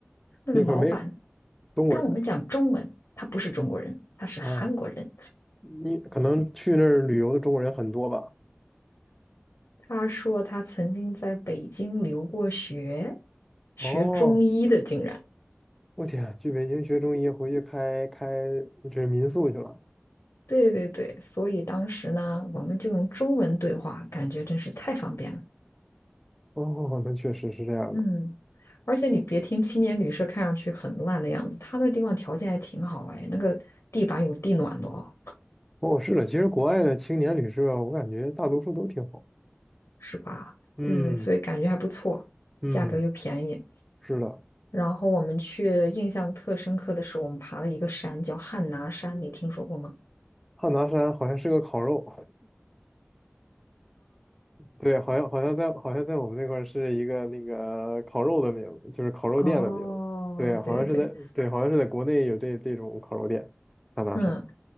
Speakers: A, on the left; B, in the centre.
A: 那个老板
B: 那块儿没中国人
A: 跟我们讲中文，他不是中国人，他是韩国人。
B: 啊，你可能去那儿旅游的中国人很多吧？
A: 他说他曾经在北京留过学，学中医的，
B: 哦，
A: 竟然。
B: 我天啊，去北京学中医，回去开开这民宿去了。
A: 对对对，所以当时呢，我们就用中文对话，感觉真是太方便了。
B: 哦 <laughs>，那确实是这样的。
A: 嗯，而且你别听青年旅社看上去很烂的样子，它那地方条件还挺好哎，那个地板有地暖的哦，
B: 哦，是的，其实国外的青年旅社，我感觉大多数都挺好。
A: 是吧？
B: 嗯
A: 对对对，所以感觉还不错，
B: 嗯，
A: 价格又便宜。
B: 是的，
A: 然后我们去印象特深刻的是，我们爬了一个山叫汉拿山，你听说过吗？
B: 汉拿山好像是个烤肉，<laughs> 对，好像好像在好像在我们那块儿是一个那个烤肉的名字，就是烤肉店的名字。
A: 哦，
B: 对，好像是在对，
A: 对对对，
B: 好像是在国内有这这种烤肉店，汉拿山。
A: 嗯，